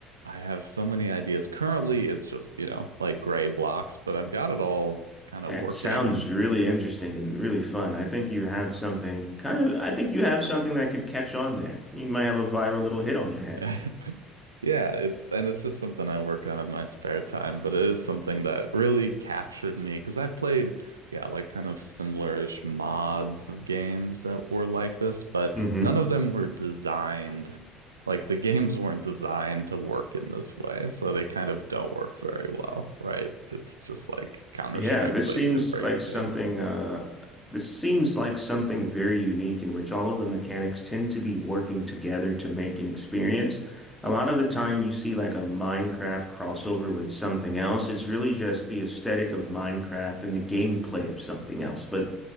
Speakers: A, on the right; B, in the centre.
A: I have so many ideas. Currently it's just, you know, like gray blocks, but I've got it all kind
B: That
A: of working
B: sounds
A: and
B: really interesting and really fun. I think you have something kind of, I think you have something that could catch on there. You might have a viral little hit on your hands.
A: <laughs> Yeah, it's and it's just something I work on in my spare time, but it is something that really captured me because I played, yeah, like kind of similar-ish mods of games that were like this, but
B: hmm
A: none of them were designed, like the games weren't designed to work in this way, so they kind of don't work very well, right? It's just like Counter-Strike,
B: Yeah, this
A: but
B: seems
A: you can break
B: like
A: things.
B: something uh this seems like something very unique in which all of the mechanics tend to be working together to make an experience. A lot of the time you see like a Minecraft crossover with something else. It's really just the aesthetic of Minecraft and the gameplay of something else. But